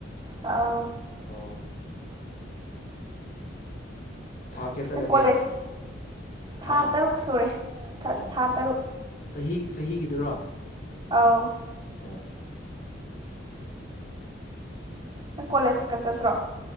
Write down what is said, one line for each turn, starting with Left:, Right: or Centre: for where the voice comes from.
Right: ꯑꯥꯎ
Left: ꯎꯝ ꯊꯥ ꯀꯌꯥ ꯆꯠꯂꯒꯦ
Right: ꯅꯪ ꯀꯣꯂꯦꯖ ꯊꯥ
Left: ꯍꯥ
Right: ꯇꯔꯨꯛ ꯁꯨꯔꯦ ꯊ
Left: ꯑꯣ
Right: ꯊꯥ ꯇꯔꯨꯛ
Left: ꯆꯍꯤ ꯆꯍꯤꯒꯤꯗꯨꯔꯥ
Right: ꯑꯥꯎ
Left: ꯎ <unintelligible>
Right: ꯅꯪ ꯀꯣꯂꯦꯖꯀ ꯆꯠꯇ꯭ꯔꯣ